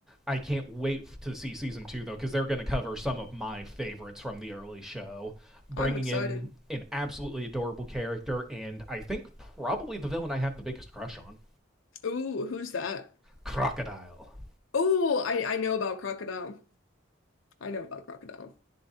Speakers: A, in the centre; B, on the left.
A: I can't wait to see season two though, because they're going to cover some of my favorites from the early show, bringing
B: I'm excited.
A: in an absolutely adorable character, and I think probably the villain I have the biggest crush on,
B: Ooh, who's that?
A: Crocodile.
B: Oh, I, I know about Crocodile. I know about Crocodile.